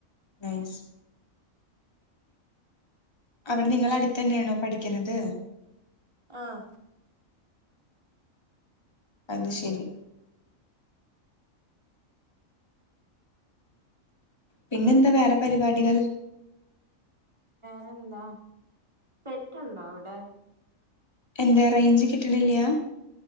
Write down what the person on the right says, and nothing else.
ആഹ
പിന്നെന്താ പെറ്റുണ്ടോ അവിടെ